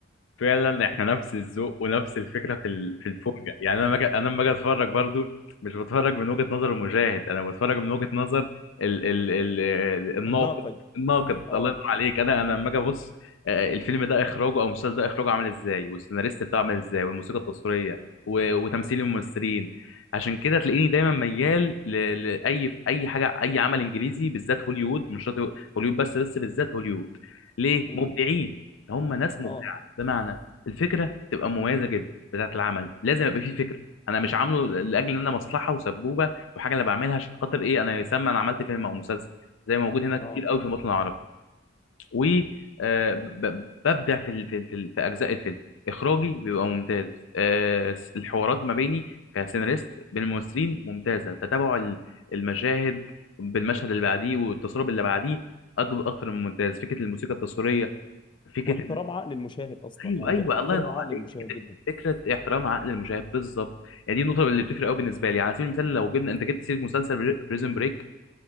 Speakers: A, on the left; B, on the left.
A: فعلا احنا نفس الذوق ونفس الفكره في ال- في الفرجه يعني انا مجد انا لما اجي اتفرج برضو مش بتفرج من وجهه نظر المشاهد انا بتفرج من وجهه نظر ال ال ال ال- الناقد
B: الناقد
A: الناقد
B: اه
A: الله ينور عليك انا انا لما اجي ابص آه، الفيلم ده اخراجه او المسلسل ده اخراجه عامل ازاي والسيناريست بتاعه عامل ازاي والموسيقى التصويريه و- وتمثيل الممثلين عشان كده تلاقيني دايما ميال ل- لاي اي حاجه اي عمل انجليزي بالذات هوليوود مش شرط هوليوود بس بس بالذات هوليوود ليه
B: امم
A: مبدعين هم ناس مبدعين
B: اه
A: بمعنى الفكره تبقى مميزه جدا بتاعه العمل لازم يبقى فيه فكره انا مش عامله لاجل ان انا مصلحه وسبوبه وحاجه انا بعملها عشان خاطر ايه انا يسمى انا عملت فيلم او مسلسل زي ما موجود هنا كتير
B: اه
A: قوي في الوطن العربي و آه، ب- ب- ببدع في ال- في ال- في ال- في اجزاء الفيلم اخراجي بيبقى ممتاز آه، الحوارات ما بيني كسيناريست بين الممثلين ممتازه تتابع ال- المشاهد بالمشهد اللي بعديه والتصوير اللي بعديه أك- اكتر من ممتاز فكره الموسيقى التصويريه فكره
B: واحترام عقل المشاهد اصلا
A: ايوه
B: يعني
A: ايوه
B: بيحترموا
A: الله ينور عليك
B: عقل المشاهد
A: فكره
B: جدا
A: فكرة احترام عقل المشاهد بالظبط يعني دي النقطه اللي بتفرق قوي بالنسبه لي على سبيل المثال لو جبنا انت جبت سيره مسلسل بريزن بريك